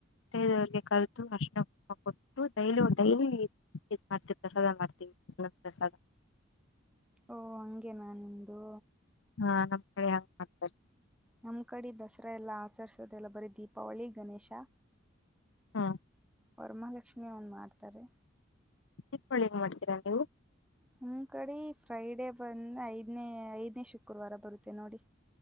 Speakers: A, on the left; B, in the centre.
A: ಬೇರೆಯವರಿಗೆ ಕರೆದು ಅರಿಶಿನ ಕುಂಕುಮ ಕೊಟ್ಟು ಡೈಲಿ ಡೈಲಿ ಇದ್ ಮಾಡ್ತಿವಿ ಪ್ರಸಾದ ಮಾಡ್ತೀವಿ ಮತ್ತೆ ಸ <unintelligible>
B: ಓ ಹಂಗೆನ ನಿಮ್ದು
A: ಹಾ ನಮ್ ಕಡೆ ಹಂಗ ಮಾಡ್ತಾರೆ
B: ನಮ್ಮ ಕಡೆ ದಸರಾ ಎಲ್ಲ ಆಚರಿಸೋದೆಲ್ಲ ಬರೀ ದೀಪಾವಳಿ ಗಣೇಶ
A: ಹಾ
B: ವರಮಾಲಕ್ಷ್ಮಿ ಒನ್ ಮಾಡ್ತಾರೆ
A: ದೀಪಳಿಗಿ ಮಾಡ್ತೀರಾ ನೀವು
B: ಹಮ್ ಕಡೆ ಫ್ರೈಡೇ ಬಂದ್ ಐದ್ನೇ ಐದ್ನೇ ಶುಕ್ರವಾರ ಬರುತ್ತೆ ನೋಡಿ